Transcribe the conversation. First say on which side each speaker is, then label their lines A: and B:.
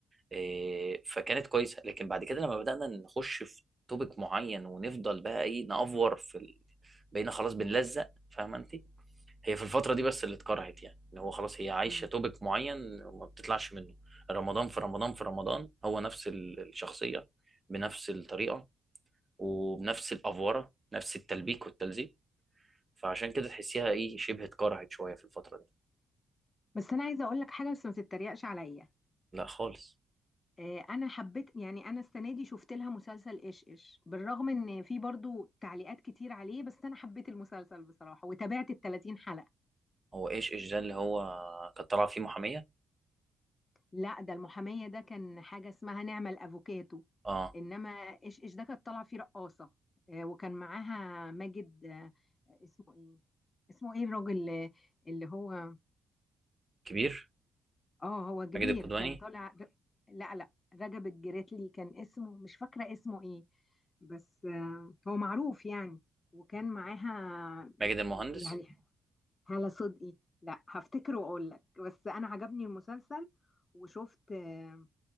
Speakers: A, on the right; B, on the left.
A: إيه، فكانت كويسة لكن بعد كده لما بدأنا نخش في توبيك معين ونفضل بقى إيه نأفور في ال... بقينا خلاص بنلزق فاهمة أنت هي في الفترة دي بس اللي اتكرهت يعني إن هو خلاص هي عايشة
B: مم.
A: توبيك معين وما بتطلعش منه رمضان في رمضان في رمضان هو نفس ال- الشخصية بنفس الطريقة وبنفس الافوره نفس التلبيك والتلزيق فعشان كده تحسيها ايه شبه اتكرهت شويه في الفتره دي
B: بس انا عايزة اقول لك حاجة بس ما تتريقش عليا
A: لا خالص
B: آه، انا حبيت يعني انا السنه دي شفت لها مسلسل ايش ايش بالرغم ان في برضو تعليقات كتير عليه بس انا حبيت المسلسل بصراحه وتابعت ال 30 حلقه
A: هو ايش ايش ده اللي هو كانت طالعه فيه محاميه
B: لا ده المحاميه ده كان حاجه اسمها نعمل افوكاتو
A: اه
B: انما ايش ايش ده كانت طالعه فيه رقاصه آه، وكان معاها ماجد آه، اسمه ايه اسمه ايه الراجل اللي هو
A: كبير
B: اه هو كبير
A: ماجد الكدواني
B: كان طالع ر- لا لا رجب الجريتلي كان اسمه مش فاكرة اسمه ايه بس آه، هو معروف يعني وكان معاها
A: ماجد المهندس
B: يعني هالة صدقي لا هفتكر واقول لك بس انا عجبني المسلسل وشفت آه،